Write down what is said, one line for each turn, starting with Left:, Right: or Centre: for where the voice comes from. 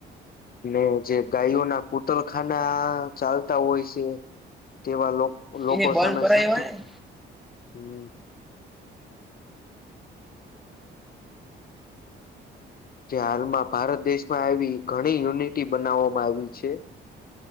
Left: ને જે ગાયોના કૂતલખાના ચાલતા હોય છે તેવા લો લોકો
Centre: એને બંધ
Left: સામે
Centre: કરાય
Left: સત્ય
Centre: એવા ને
Left: હમ જે હાલમાં ભારત દેશમાં આવી ઘણી યુનિટી બનાવવામાં આયવી છે